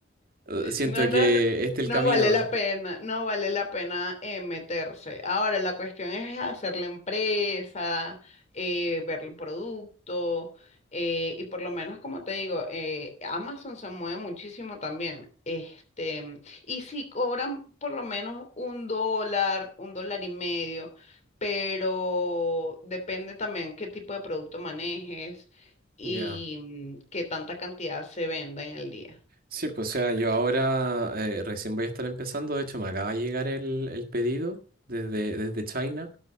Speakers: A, on the right (about 50°); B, on the left (about 35°).
A: Eh, Siento
B: No, no,
A: que
B: no,
A: este es
B: no
A: el camino.
B: vale la pena, no vale la pena eh, meterse. Ahora, la cuestión es hacer la empresa, eh, ver el producto, eh, y por lo menos, como te digo, eh, Amazon se mueve muchísimo también. Este, y si cobran por lo menos un dólar, un dólar y medio, pero depende también qué tipo de producto manejes y
A: Ya.
B: mm, qué tanta cantidad se venda en el día.
A: Sí, pues o sea, yo ahora eh, recién voy a estar empezando, de hecho me acaba de llegar el, el pedido desde, desde China,